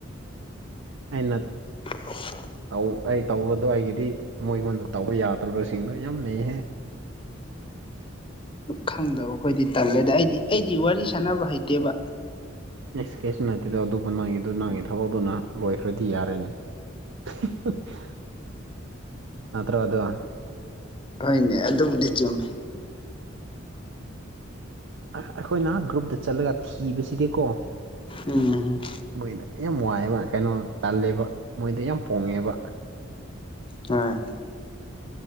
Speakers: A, on the right (about 70°); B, on the left (about 25°).
A: ꯑꯩꯅ
B: <unintelligible>
A: ꯇꯧ ꯑꯩ ꯇꯧꯕꯗꯣ ꯑꯩꯒꯤꯗꯤ ꯃꯣꯏꯉꯣꯟꯗ ꯇꯧꯕ ꯌꯥꯗ꯭ꯔꯕꯁꯤꯡꯗꯣ ꯌꯥꯝ ꯅꯩꯍꯦ
B: ꯈꯪꯗꯕ ꯑꯩꯈꯣꯏꯗꯤ ꯇꯜꯂꯦꯗ ꯑꯩꯗꯤ ꯑꯩꯗꯤ ꯋꯥꯔꯤ ꯁꯥꯟꯅꯕ ꯍꯩꯇꯦꯕ
A: ꯑꯦꯛꯁꯀ꯭ꯌꯨꯁ ꯅꯠꯇꯦꯗꯣ ꯑꯗꯨꯕꯨ ꯅꯪꯉꯤꯗꯨ ꯅꯪꯉꯤ ꯊꯕꯛꯇꯨꯅ ꯂꯣꯏꯈ꯭ꯔꯗꯤ ꯌꯥꯔꯦꯅꯦ <unintelligible> ꯅꯠꯇ꯭ꯔꯣ ꯑꯗꯨ
B: ꯍꯣꯏꯅꯦ ꯑꯗꯨꯕꯨꯗꯤ ꯆꯨꯝꯃꯦ
A: ꯑꯥ ꯑꯩꯈꯣꯏꯅ ꯒ꯭ꯔꯨꯞꯇ ꯆꯠꯂꯒ ꯊꯤꯕꯁꯤꯗꯤꯀꯣ
B: ꯎꯝ
A: ꯃꯣꯏꯗ ꯌꯥꯝ ꯋꯥꯏꯑꯦꯕ ꯀꯩꯅꯣ ꯇꯜꯂꯦꯕ ꯃꯣꯏꯗ ꯌꯥꯝ ꯄꯣꯡꯉꯦꯕ
B: ꯍꯣꯢ